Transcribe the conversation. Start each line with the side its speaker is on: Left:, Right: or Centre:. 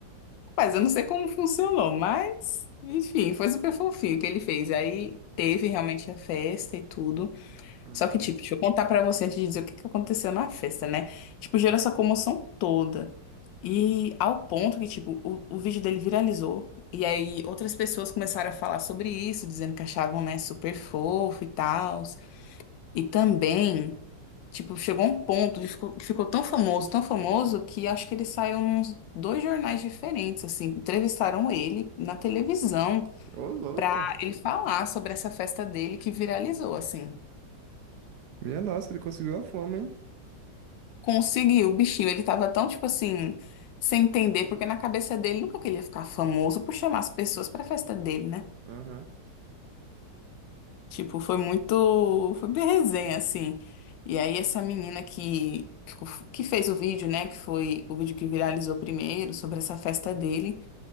Left: Mas eu não sei como funcionou, mas enfim, foi super fofinho o que ele fez. Aí teve realmente a festa e tudo.
Right: Aham.
Left: Só que, tipo, deixa eu contar pra você antes de dizer o que que aconteceu na festa, né? Tipo, gerou essa comoção toda. E ao ponto que, tipo, o, o vídeo dele viralizou. E aí outras pessoas começaram a falar sobre isso, dizendo que achavam, né, super fofo e tal. E também, tipo, chegou um ponto, ele ficou, ficou tão famoso, tão famoso, que acho que ele saiu nos dois jornais diferentes, assim, entrevistaram ele na televisão
Right: Ô, louco!
Left: pra ele falar sobre essa festa dele que viralizou, assim.
Right: Minha nossa, ele conseguiu a fama, hein?
Left: Conseguiu, o bichinho, ele tava tão, tipo assim, sem entender, porque na cabeça dele nunca que ele ia ficar famoso por chamar as pessoas pra festa dele, né?
Right: Aham.
Left: Tipo, foi muito. Foi bem resenha, assim. E aí, essa menina que, que fez o vídeo, né? Que foi o vídeo que viralizou primeiro, sobre essa festa dele.